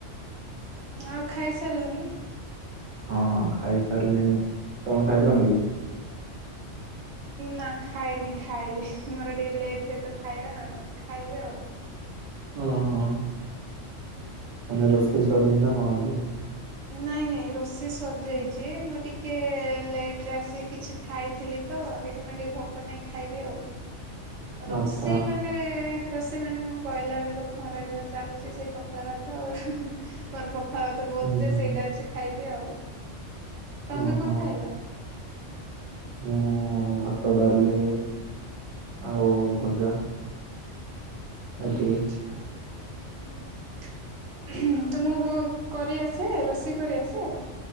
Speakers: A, on the right (about 65°); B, on the right (about 85°).
A: ଆଉ ଖାଇ ସାରିଲଣି?
B: ହଁ ଖାଇସାରିଲିଣି, ତମେ ଖାଇଲଣି କି?
A: ନା ଖାଇନି ଖାଇବି ମୋର ଟିକେ ଲେଟ୍ ହୁଏ, ତ ଖାଇବା ଖାଇବି ଆଉ।
B: ହୁଁ ହୁଁ। ମାନେ ରୋଷେଇ ସନି ନା କଣ ଆଜି?
A: ନା ଇଁ ନାଇଁ ରୋଷେଇ ସରିଯାଇଛି, ମୁଁ ଟିକେ ଲେଟରେ ଆସିି କିଛି ଖାଇଥିଲି ତ ସେଥିପାଇଁ ଟିକେ ଭୋକ ନାହିଁ, ଖାଇବି ଆଉ ରୋଷେଇ
B: ଆଚ୍ଛା
A: ମାନେ ରୋଷେଇ ମାନେ ମୁଁ ପହିଲା ଏବେ ତ ଖରା ଦିନ ଚାଲିଛି, ସେଇ ପଖାଳ ଭାତ ଆଉ ମୋର ଖାଇବା ତ ବହୁତ
B: ହୁଁ ହୁଁ
A: ସେଇଟା ଅଛି ଖାଇବି ଆଉ। ତମେ
B: ଓହୋ
A: କଣ ଖାଇଲ?
B: ମୁଁ ଭାତ ଡାଲି ଆଉ ଭଜା। ଏତିକି
A: ଆଛା, ହୁଁ ହୁଁ। ତମକୁ ବ କରିଆସେ ରୋଷେଇ କରିଆସେ?